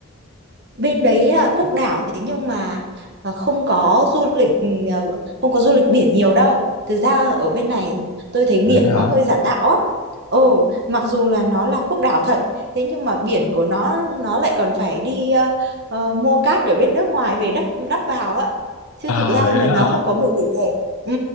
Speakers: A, on the right; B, on the left.
A: bên đấy là quốc đảo thế nhưng mà à, không có du lịch ừ, à, không có du lịch biển nhiều đâu thực ra ở bên này tôi thấy biển
B: vậy hả
A: nó hơi giả tạo á ừ mặc dù là nó là quốc đảo thật thế nhưng mà biển của nó nó lại còn phải đi ờ, ờ, mua cát ở bên nước ngoài về đắp đắp vào á chứ
B: à
A: thực ra
B: vậy
A: là nó
B: hả
A: không có bờ biển đẹp ừ